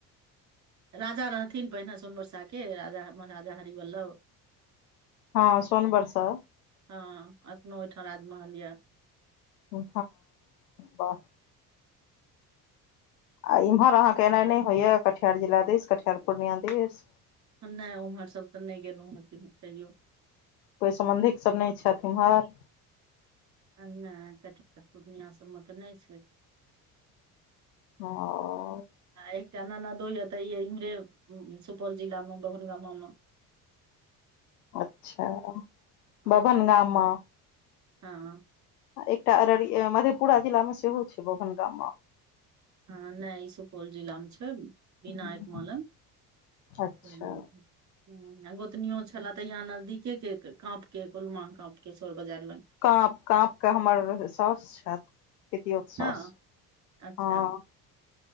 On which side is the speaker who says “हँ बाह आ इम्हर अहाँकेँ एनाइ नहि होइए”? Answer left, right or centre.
Left